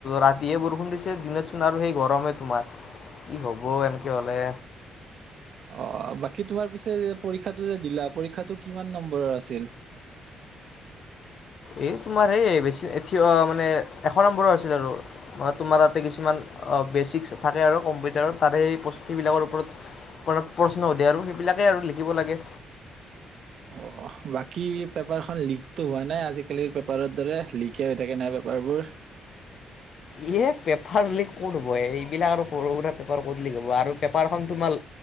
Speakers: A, on the left; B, on the right.
A: ৰাতিয়ে বৰষুণ দিছে দিনত- চোন আৰু সেই গৰমেই তোমাৰ কি হ'ব এনেকে হ'লে।
B: অ বাকী তোমাৰ পিছে যে পৰীক্ষটো যে দিলা পৰীক্ষাটো কিমান নম্বৰৰ আছিল? <unintelligible>
A: এ' তোমাৰ এই বেছি থিয় মানে এশ নম্বৰৰ আছিল আৰু মানে তোমাৰ তা'তে কিছুমান- বেচিক্স থাকে আৰু কম্পিউটাৰত তাৰে সেই বস্তবিলাকৰ ওপৰত মানে প্ৰশ্ন সোধে আৰু সেইবিলাকে আৰু লিখিব লাগে।
B: <unintelligible> অ বাকী পেপাৰখন লিকতো হোৱা নাই আজিকালিৰ পেপাৰৰ দৰে লিকে হৈ থাকে নাই পেপাৰ বোৰ
A: ইয়ে পেপাৰ লিক ক'ত হ'ব এই এইবিলাক আৰু সৰু সুৰা পেপাৰ ক'ত লিক হ'ব আৰু পেপাৰখন তোমাৰ-